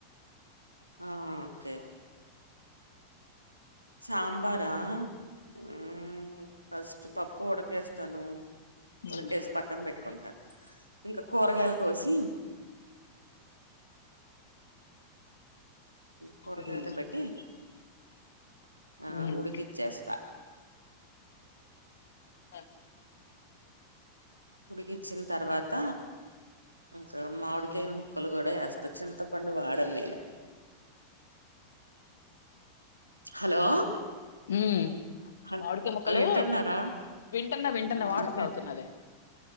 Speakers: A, on the right (about 80°); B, on the left (about 65°).
A: ఆ ఓకే సాంబారా హ ఫస్ట్ పప్పు వడకేస్త తను
B: ఉమ్
A: తోడ కేసు పక్కన పెట్టుకుంటాను ఇంకా కూరగాయలు కోసి పొరద
B: ఉమ్
A: పెట్టి ఆ
B: ఉమ్
A: ఉడికిచ్చేస్తా
B: ఆ
A: ఉడికిచ్చిన తర్వాత ఇంకా మామిడికాయ్య ముక్కలు కూడా వేస్తా చింతపండు వాడను నేను హలో
B: హ్మ్మ్
A: హలో
B: మామిడికాయ ముొక్కలు
A: వింటున్నారా
B: వింటన్నా వింటన్నా
A: మామిడికాయ
B: వాటర్ తాగుతున్నాలి